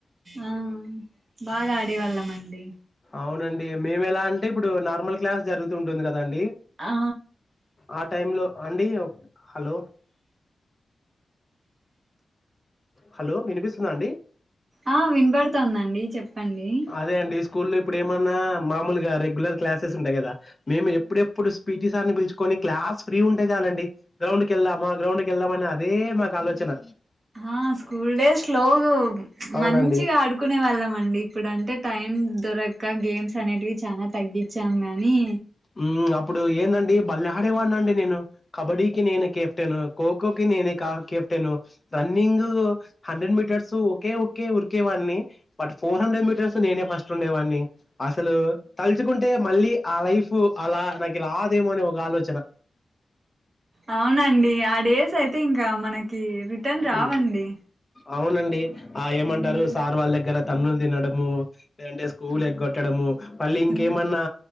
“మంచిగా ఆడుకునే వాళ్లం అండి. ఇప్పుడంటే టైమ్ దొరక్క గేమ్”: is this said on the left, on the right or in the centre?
Right